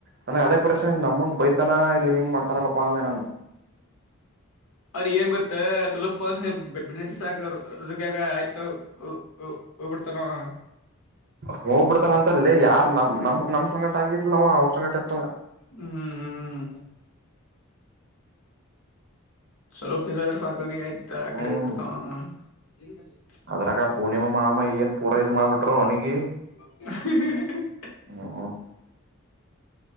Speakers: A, on the right; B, on the left.
A: ನನಗ್ ಅದೇ ಪರೀಶಾನಿ ನಮ್ಮ ಮುಂದ್ ಬೈತಾನ ಇಲ್ಲಿ ಹಿಂಗ್ ಮಾಡ್ತಾನಲ್ಲಪ್ಪಾ ಅಂದೆ ನಾನು.
B: ಅವ್ರಿಗ್ ಏನ್ ಗೊತ್ತ ಸ್ವಲ್ಪ ಸ್ವಲ್ಪ್ ಬೆಣ್ಣಿ ಹಚ್ಚಿರ್ ಸಾಕ ಅವ್ರ್. <unintelligible> ಆಯ್ತ ಹೋ ಹೋ ಹೋಗ್ಬಿಡ್ತನಾ ಅವ.
A: ಹೋಗ್ಬಿಡ್ತಾನ ಅಂತ ಅಲ್ಲೆ ಯಾರ್ ನಮ್ ನಮ್ ನಮ್ ಸಂಗಟ ಹಂಗಿರ್ಲವ ಅವ್ರ ಸಂಗಟ ಇರ್ತಾನ.
B: ಹ್ಮ್. ಸ್ವಲ್ಪ ಇದು ಅದ್ರ ಸಾಕು ಅವನಿಗೆ ಆಯಿತು ಆಕಡೆ
A: ಹ್ಮ್
B: ಹೋಗಿ ಬಿಡ್ತಾನಾ ಅವ -
A: ಅದ್ರಾಗ ಪೂರ್ಣಿಮಾ ಮಾಮ್ಮ ಏನ್ ಪೂರಾ ಇದ್ ಮಾಡ್ಬಿಟ್ರರು ಅವನಿಗೆ
B: <inaudible>
A: <unintelligible>